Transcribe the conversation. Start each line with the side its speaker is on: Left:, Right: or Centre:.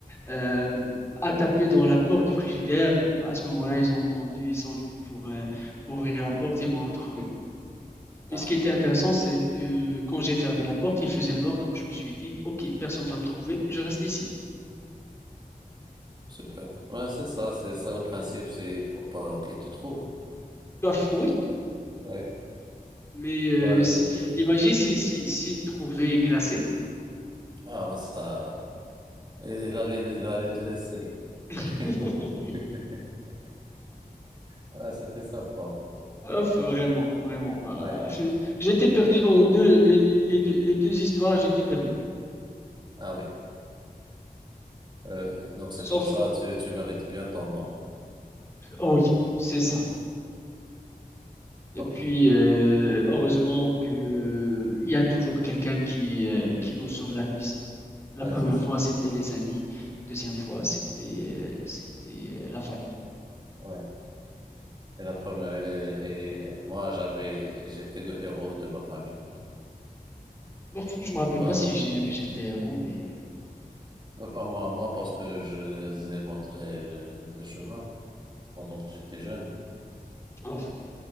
Left: euh, à taper dans la porte du frigidaire. À ce moment-là, ils ont entendu, ils sont venus pour, euh, pour
Right: Oh.
Left: ouvrir la porte et m'ont retrouvé. Mais
Right: Ah.
Left: ce qui était intéressant, c'est que quand j'ai fermé la porte, il faisait noir, donc je me suis dit, OK, personne va me trouver, je reste ici.
Right: Super. Ouais, c'est ça, c'est ça le principe, c'est il faut pas qu'il te trouve.
Left: Bref, oui,
Right: Ouais.
Left: mais euh,
Right: Ouais.
Left: si- imagine si, si, s'ils me trouvaient glacé.
Right: Ah, ouais, ça. Il il allait, il allait te laisser.
Left: <laughs>
Right: <laughs> Ah, c'était sympa.
Left: Ouf, vraiment, vraiment. Bah,
Right: Ouais.
Left: je- j'étais perdu dans deux, les les deux les deux histoires, j'étais perdu.
Right: Ah oui. Euh, donc c'est
Left: Sauf,
Right: pour ça, tu, tu mérites bien ton nom.
Left: oh oui, c'est ça.
Right: Ok.
Left: Et puis, euh, heureusement que il y a toujours quelqu'un qui, euh, qui nous sauve la mise. La
Right: Ouais,
Left: première
Right: c'est ça.
Left: fois, c'était les amis. Deuxième fois, c'était euh, c'était euh, la famille.
Right: Ouais. Et la première, et, et- et moi, j'avais, j'étais le héros de ma famille.
Left: Bon, je me rappelle
Right: Euh,
Left: pas si j'ai- j'étais héros, mais
Right: mais pas moi, moi, parce que je les ai montré le, le chemin pendant que j'étais jeune.
Left: euh, oh,